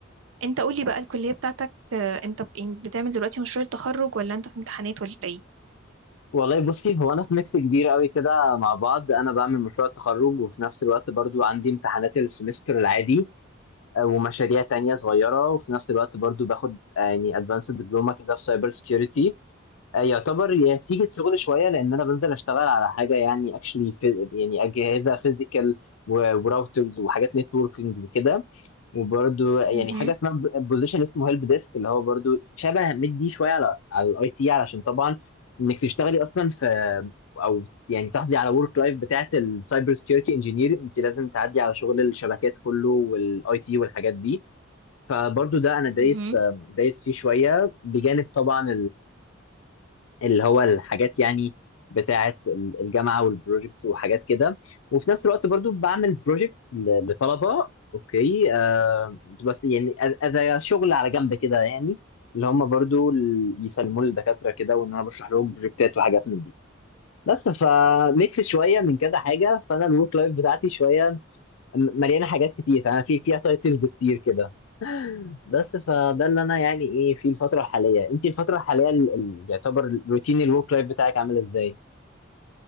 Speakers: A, on the right (about 70°); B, on the left (about 75°).
A: أنت قولي بقى الكلية بتاعتك آه، أنت ب- يعني بتعمل دلوقتي مشروع التخرج ولا أنت في امتحانات ولا إيه؟
B: والله بصي هو انا في ميكس كبير قوي كده مع بعض انا بعمل مشروع تخرج وفي نفس الوقت برضو عندي امتحانات السمستر العادي ومشاريع تانية صغيرة وفي نفس الوقت برضو باخد آه، يعني ادفانس دبلومة كده في سايبر سيكيورتي يعتبر يا سيجة شغل شوية لأن أنا بنزل أشتغل على حاجة يعني اكشلي يعني أجهزة فيزيكال وراوترز وحاجات نتوركينج وكده وبرده يعني
A: مهم.
B: حاجه اسمها بوزيشن اسمه هيلب ديسك اللي هو برده شبه مدي شويه على على الاي تي علشان طبعا انك تشتغلي اصلا في او يعني تحصلي على ورك لايف بتاعه السايبر سكيورتي انجينير انت لازم تعدي على شغل الشبكات كله والاي تي والحاجات دي فبرضه ده انا دايس
A: مهم.
B: دايس فيه شويه بجانب طبعا اللي هو الحاجات يعني بتاعة ال- الجامعة والبروجيكتس وحاجات كده وفي نفس الوقت برضو بعمل بروجيكتس لطلبة اوكي آه بس يعني اذا شغل على جنب كده يعني اللي هم برضو ال- يسلموا لي الدكاترة كده وان انا بشرح لهم بروجكتات وحاجات من دي بس فميكس شوية من كذا حاجة فانا الورك لايف بتاعتي شوية م- مليانة حاجات كتير انا في فيها تايتلز كتير كده بس فده اللي انا يعني ايه في الفتره الحاليه انت الفتره الحاليه ال- ال- يعتبر روتين الورك لايف بتاعك عامل ازاي